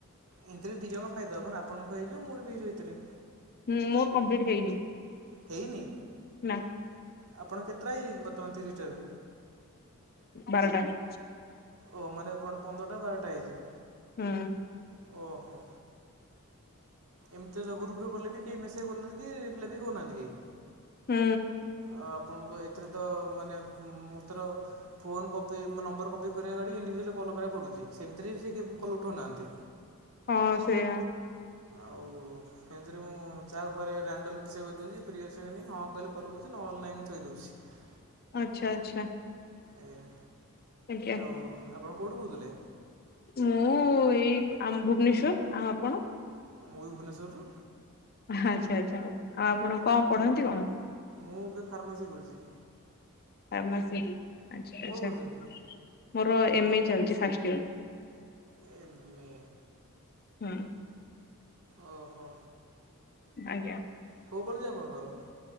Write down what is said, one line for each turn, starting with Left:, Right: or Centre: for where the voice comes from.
Right: ଏମତିରେ ଦି ଜଣକ ଫାଇଦା ହବନା, ଆପଣଙ୍କ ହେଇଯିବ ମୋର ବି ହେଇଯିବ ଏଥିରେ।
Left: ହୁଁ ମୋର କମ୍ପ୍ଲିଲିଟ୍ ହେଇନି।
Right: ହେଇନି?
Left: ନାଁ
Right: ଆପଣ କେତେଟା ହେଇଛି ବର୍ତ୍ତମାନ ତିରିଶଟାରୁ?
Left: ବାରଟା। <inaudible>
Right: ଓ ମାନେ କଣ ପନ୍ଦରଟା ବାରଟା ହେଇଚି।
Left: ହୁଁ।
Right: ଓହୋ ଏମିତିରେ ଗ୍ରୁପ୍ ରେ କଲେ ବି କେହି ମେସେଜ କରୁନାହାନ୍ତି କି ରିପ୍ଲାଏ ବି କରୁନାହାନ୍ତି କେହି।
Left: ହୁଁ।
Right: ଆଉ ଆପଣ ଏଥିରେ ତ ମାନେ ମୋତର ଫୋନ୍ କପି ମାନେ ନମ୍ବରକପି କରିବା ଗାଡ଼ି ଇଣ୍ଡିଭିଜୁଲ୍ ପଡୁଛି, ସେମିତିରେ ବି ସେ କଲ ଉଠଉନାହାନ୍ତି।
Left: ହଁ ସେଇଆ
Right: ଆଉ ଫେଞ୍ଚେରେ ମୁଁ ଯାହା ଉପରେ ରାଣ୍ଡଲ୍ ମିଶେଇ କହିଦଉଛି ଫ୍ରି ଅଛ କି ନାହିଁ ହଁ କହିଲେ କଲ କରୁଛି ନାହେଲେ ନାଇଁ ମୁଁ ଥୋଇଦଉଛି।
Left: ଆଚ୍ଛା ଆଚ୍ଛା।
Right: ଆଜ୍ଞା।
Left: ଆଜ୍ଞା
Right: ଆଉ ଆପଣ କେଉଁଠୁ କହୁଥିଲେ?
Left: ମୁଁ ଏଇ ଆମ ଭୁବନେଶ୍ଵର। ଆଉ ଆପଣ?
Right: ମୁଁ ବି ଭୁବନେଶ୍ୱରରୁ।
Left: ଆଚ୍ଛା ଆଚ୍ଛା ଆଉ ଆପଣ କଣ ପଢନ୍ତି କଣ?
Right: ମୁଁ ଏବେ ଫାର୍ମାସି କରିଚି।
Left: ଫାର୍ମାସି ଆଚ୍ଛା ଆଚ୍ଛା
Right: କରୁଛନ୍ତି?
Left: ମୋର ଏମେ ଚାଲିଛି ଫାଷ୍ଟ ଇୟର।
Right: ଏମେ
Left: ହୁଁ।
Right: ଓ ହୋ।
Left: ଆଜ୍ଞା।
Right: କୋଉ କଲେଜ ଆପଣଙ୍କର?